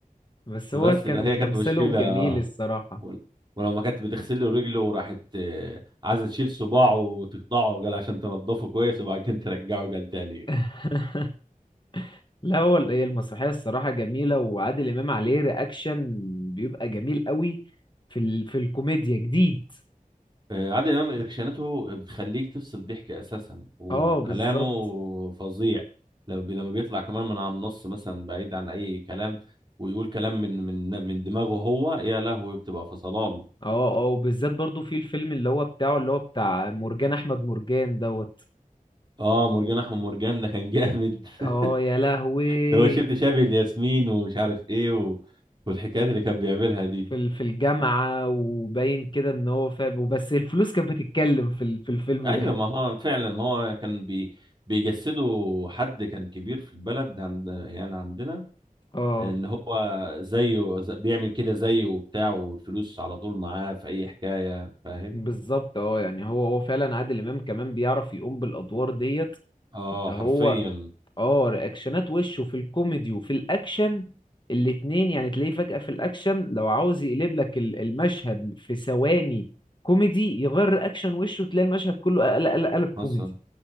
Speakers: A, on the left (about 30°); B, on the right (about 30°).
A: بس
B: بس
A: هو كان
B: لا هي كانت
A: تمثيلهم
B: مشكله
A: جميل الصراحة
B: ول- ولما كانت بتغسل له رجله وراحت آه، عايزه تشيل صباعه وتقطعه قال عشان تنضفه كويس وبعد كده ترجعه قال تاني
A: <laughs> لا هو ال- هي المسرحية الصراحة جميلة وعادل إمام عليه رياكشن بيبقى جميل قوي في ال... في الكوميديا جديد
B: آه، عادل امام رياكشناته بتخليك تفصل ضحك اساسا وكلامه
A: اه بالظبط
B: فظيع لما بي- لما بيطلع كمان من على النص مثلا بعيد عن اي كلام ويقول كلام من من من دماغه هو يا لهوي بتبقى فصلان
A: اه اه وبالذات برضو في الفيلم اللي هو بتاعه اللي هو بتاع مرجان أحمد مرجان دوت
B: اه مرجان احمد مرجان ده كان جامد <laughs>
A: اه يا لهوي
B: ده هو شفت شبه الياسمين ومش عارف ايه و... والحكايات اللي كان بيعملها دي
A: في ال- في الجامعة وباين كده ان هو فاهم وبس الفلوس كانت بتتكلم في ال- في الفيلم
B: ايوه
A: ده
B: ما هو فعلا ما هو كان بي... بيجسده حد كان كبير في البلد عند يعني عندنا
A: <laughs> اه
B: ان هو زيه ز- بيعمل كده زيه وبتاع والفلوس على طول معاه في اي حكاية فاهم
A: بالظبط اه يعني هو هو فعلا عادل امام كمان بيعرف يقوم بالادوار ديت
B: اه
A: إن هو
B: حرفيا
A: اه رياكشنات وشه في الكوميدي وفي الاكشن الاتنين يعني تلاقيه فجأة في الاكشن لو عاوز يقلب لك ال- المشهد في ثواني كوميدي يغير رياكشن وشه تلاقي المشهد كله قلب قلب
B: حصل
A: كوميدي